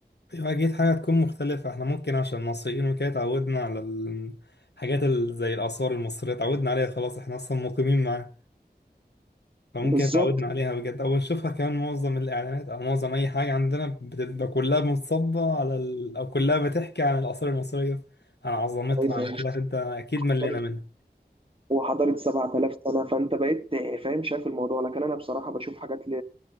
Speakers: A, on the left; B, on the right.
A: أيوة أكيد حاجة تكون مختلفة احنا ممكن عشان مصريين وكده اتعودنا على الحاجات ال- زي الآثار المصرية اتعودنا عليها خلاص احنا أصلا مقيمين معاها فممكن
B: بالظبط
A: اتعودنا عليها بجد او نشوفها كمان معظم الاعلانات او معظم اي حاجه عندنا بتبقى كلها متصبه على ال... او كلها بتحكي عن الاثار المصريه عن عظمتها
B: أيوة،
A: عن كده انت اكيد
B: مختلف.
A: ملينا منها
B: وحضاره 7000 سنه فانت بقيت فاهم شايف الموضوع لكن انا بصراحه بشوف حاجات ل...